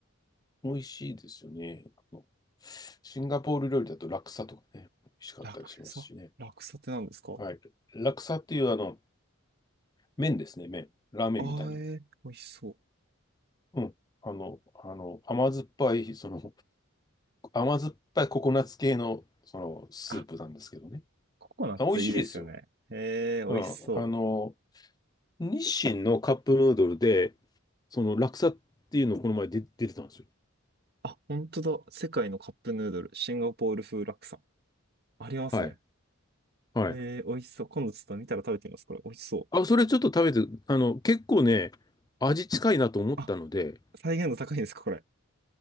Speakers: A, on the left; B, on the right.
A: 美味しいですよね。あのシンガポール料理だとラクサとかね、美味しかったりしますしね。
B: ラクサラクサって何ですか
A: はい。ラクサっていうあの、麺ですね、麺。ラーメンみたいな。
B: ああーえー、美味しそう。
A: うん。あの、あの、甘酸っぱい、その、甘酸っぱいココナッツ系の、その、スープなんですけどね。
B: あ、ココナッツいいですよね。
A: あ美味しいですよ。
B: へえ、美味しそう。
A: うん。あの、日清のカップヌードルで、その、ラクサっていうのをこの前で出てたんですよ。
B: あ、本当だ。世界のカップヌードル、シンガポール風ラクサ。ありますね。
A: はい。はい。
B: へえー、美味しそう。今度ちょっと見たら食べてみます。これ、美味しそう。
A: あ、それちょっと食べて、あの、結構ね、味近いなと思ったので、
B: あ、再現度高いんですか、これ。